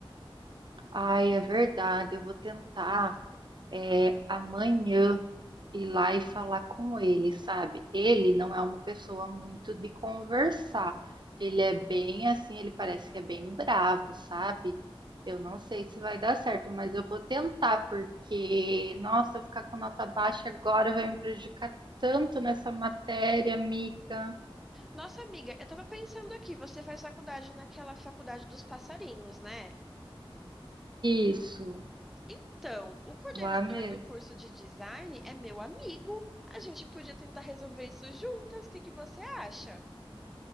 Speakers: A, on the right; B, in the centre.
A: Ai, é verdade, eu vou tentar. É, amanhã. ir lá e falar com ele, sabe? Ele não é uma pessoa muito de conversar. Ele é bem assim, ele parece que é bem bravo, sabe? Eu não sei se vai dar certo, mas eu vou tentar, porque, nossa, eu ficar com nota baixa agora vai me prejudicar tanto nessa matéria, amiga.
B: Nossa, amiga, eu tava pensando aqui, você faz faculdade naquela faculdade dos passarinhos, né?
A: Isso,
B: Então, o coordenador
A: lá mesmo.
B: do curso de design é meu amigo. A gente podia tentar resolver isso juntas. O que que você acha?